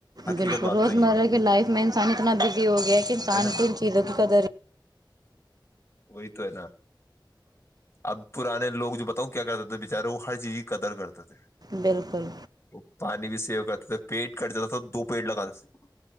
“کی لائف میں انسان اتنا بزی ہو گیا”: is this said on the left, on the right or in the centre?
Right